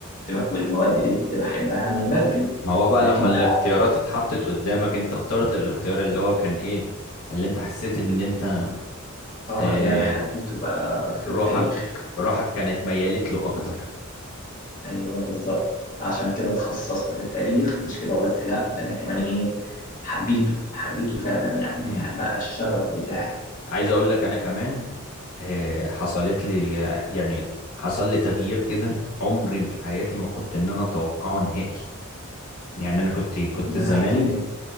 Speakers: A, on the left; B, on the left.
A: كنت م- والمواد دي كنت بحبها من بدري
B: ما هو بقى
A: لكن
B: لما الاختيارات
A: لا
B: اتحطت قدامك انت اخترت الاختيار اللي هو كان ايه اللي انت حسيت
A: ال-
B: ان انت
A: اه
B: اه
A: اللي انا حبيته بقى في
B: روحك
A: التاريخ
B: روحك كانت ميالت له اكتر
A: ايوه بالظبط فعشان كده اتخصصت في التاريخ مش كده وبس لا ده انا كمان ايه حبيته حبيته فعلا يعني
B: امم
A: يعني بقى الشغف بتاعي
B: عايز اقول لك انا كمان آه، حصلت لي يعني حصل لي تغيير كده عمري في حياتي ما كنت ان انا اتوقعه نهائي يعني انا كنت كنت
A: يعني
B: زمان
A: احكي لي